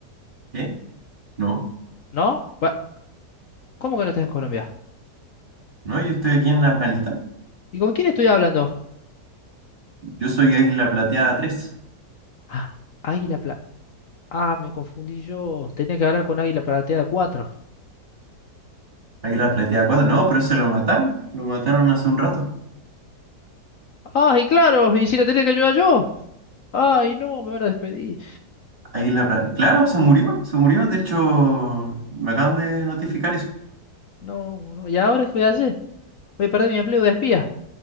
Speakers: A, on the right; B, on the left.
A: ¿Qué? No,
B: ¿No? Pa- ¿Cómo que no estás en Colombia?
A: no, yo estoy aquí en Afganistán.
B: ¿Y con quién estoy hablando?
A: Yo soy Águila Plateada 3.
B: Ah, Águila Plateada. Ah, me confundí yo. Tenía que hablar con Águila Platea 4.
A: Águila Plateada 4. No, pero ese lo mataron. Lo mataron hace un rato.
B: ¡Ay, claro! ¿Y si la tenía que ayudar yo? ¡Ay, no! Me van a despedir.
A: Águila Plateada. Claro, se murió, se murió. De hecho, me acaban de notificar eso.
B: No, no. ¿Y ahora qué voy a hacer? ¿Voy a perder mi empleo de espía?